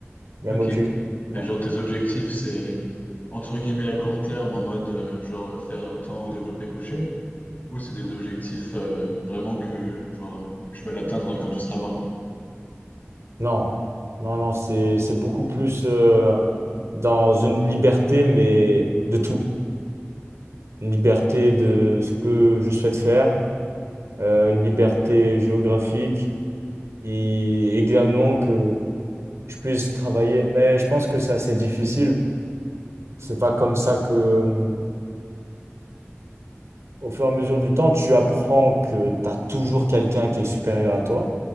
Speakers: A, on the right; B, on the left.
A: Même
B: Ok.
A: objectif. Bon.
B: Mais genre tes objectifs, c'est entre guillemets à court terme, en mode euh, genre euh, faire tant au développé couché, ou c'est des objectifs euh, vraiment que genre euh, tu vas l'atteindre quand tu seras mort, quoi.
A: Non, non, non, c'est c'est beaucoup plus euh, dans une liberté, mais de tout. Une liberté de ce que je souhaite faire, euh, une liberté géographique, et également que je puisse travailler. Mais je pense que c'est assez difficile. C'est pas comme ça que, euh, au fur et à mesure du temps, tu apprends que tu as toujours quelqu'un qui est supérieur à toi.